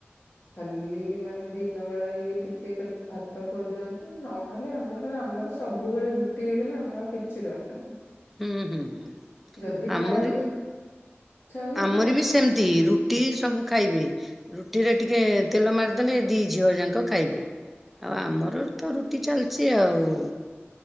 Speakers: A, on the left; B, in the centre.
A: ଖାଲି ମାନେ ଦିନ ବେଳା ଇଏ ଟିକେ ଭାତ ଖୋଉଛନ୍ତି ନହେଲେ ଆମର ଆମର ସବୁବେଳେ ରୁଟି ହେଇଗଲେ ଆମ ଆଉ କିଛି ଦରକାର ନାହିଁ।
B: ହୁଁ ହୁଁ ହୁଁ
A: ଯଦି ଖାଇବାକୁ
B: ଆମର
A: ଇଚ୍ଛା ହୁଏ
B: ଆମର
A: ପଖାଳ
B: ବି ସେମିତି
A: ଟିକେ।
B: ରୁ ରୁଟି ସବୁ ଖାଇବେ ରୁଟିରେ ଟିକେ ତେଲ ମାରିଦେଲେ ଦି ଝିଅ ଯାକ ଖାଇବେ। ଆଉ ଆମର ତ ରୁଟି ଚାଲିଛି ଆଉ